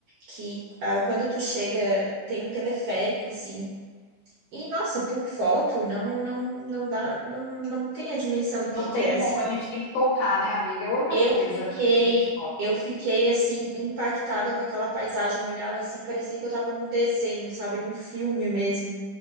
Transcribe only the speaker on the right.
que ah, quando tu chega tem um teleférico assim. E nossa, por foto não não não dá não, não tem a dimensão do
que que
é
assim.
Eu
fiquei,
eu fiquei assim impactada com aquela paisagem. Eu olhava assim, parecia que eu estava num desenho, sabe, num filme mesmo,